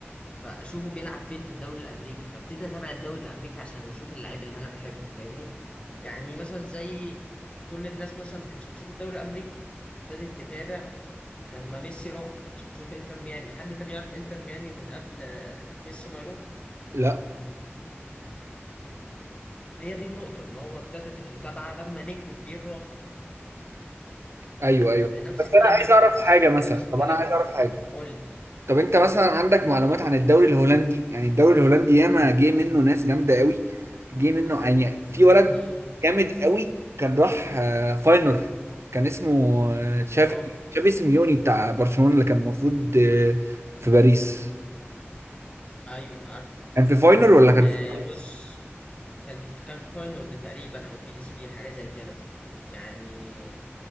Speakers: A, on the left; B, on the right.
A: فاشوفه بيلعب فين في الدوري الامريكي فابتدي اتابع الدوري الامريكي عشان اشوف اللعيب اللي انا بحبه فاهمني يعني مثلا زي كل الناس مثلا ما كانتش بتشوف الدوري الامريكي ابتدت تتابع لما ميسي راح عشان تشوف انتر ميامي حد كان يعرف انتر ميامي من قبل آه، ميسي ما يروح
B: لا
A: هي دي النقطة ان هو ابتدت المتابعة لما نجم كبير راح
B: ايوه ايوه
A: نفس
B: بس
A: الكلام
B: انا
A: سواريز
B: عايز اعرف حاجه مثلا
A: نفس الكلام
B: طب انا عايز اعرف حاجه
A: قول
B: طب انت مثلا عندك معلومات عن الدوري الهولندي يعني الدوري الهولندي ياما جه منه ناس جامده قوي جه منه يعني في ولد
A: امم
B: جامد قوي كان راح آه، فاينر كان اسمه آه، تشافي
A: اه
B: تشافي سيميوني بتاع برشلونه اللي كان المفروض آه، في باريس
A: ايوه عارف
B: كان في فاينر ولا كان
A: آه
B: في باريس
A: بص كان كان في فاينورد تقريبا او بي اس بي حاجة زي كده يعني